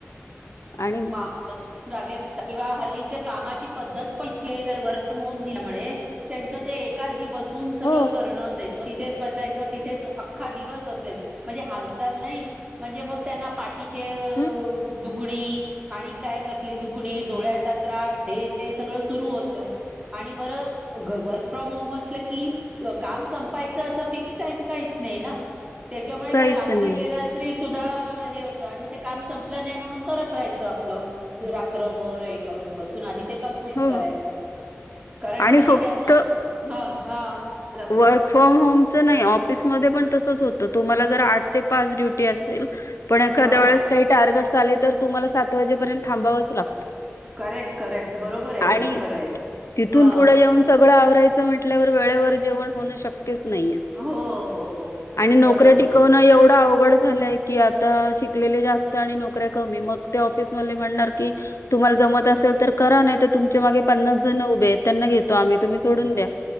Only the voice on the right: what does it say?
म जागे असतात, किंवा हल्लीच्या कामाची पद्धत पण इतकी हे आहे जर वर्क फ्रॉम होम दिल्यामुळे त्यांच्यात ते एका जागी बसून सगळं
करणचं आहे. तिथेच बसायचं तिथेच अख्खा दिवस बसले म्हणजे, हालचाल नाही म्हणजे मग त्यांना पाठी चे
दुखणी आणि काय कसली, दुखणी डोळ्याचा त्रास हे ते सगळं सुरू होत. आणि बरं घर वर्क फ्रॉम होम असलं की, काम संपायचं असं फिक्स टाइम काहीच नाही ना. त्याच्यामुळे काय
रात्री
बेरात्री सुद्धा हे होतं, आणि मग ते काम संपलं नाही म्हणून करत राहायचं आपलं. रात्रभर हे करून बसून आधी ते कंप्लीट
करायच, कारण
हल्ली
त्यांच ह हा. बोला बोला
हा
करेक्ट करेक्ट बरोबर आहे अगदी
खरं आहे
हा
हो हो हो
बरोबर